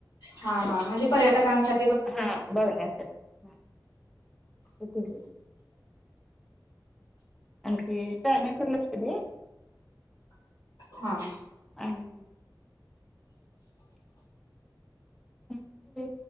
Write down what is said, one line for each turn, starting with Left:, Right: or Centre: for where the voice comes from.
Left: हा हा म्हणजे पर्यटकांसा
Centre: हा बघण्यासाठी हा उगडलेले आणखी टायमिंग वर लक्ष्य दे.
Left: हा.
Centre: आहे हम्म ते